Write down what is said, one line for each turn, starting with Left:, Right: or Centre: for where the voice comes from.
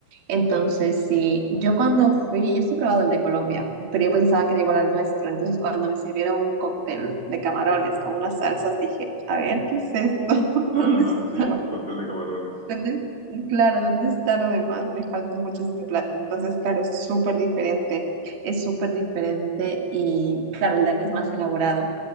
Right: Entonces, sí, yo cuando fui, yo sí he probado el de Colombia, pero yo pensaba que era igual al nuestro, entonces cuando me sirvieron un cóctel de camarones con unas salsas, dije, a ver, ¿qué es esto? <laughs>
Left: Ajá,
Right: ¿Dónde está?
Left: sí, cóctel de camarones.
Right: ¿Dónde- Claro, ¿dónde está lo demás? Le falta mucho este plato. Entonces, claro, es súper diferente. Es súper diferente y, claro, el DACA es más elaborado.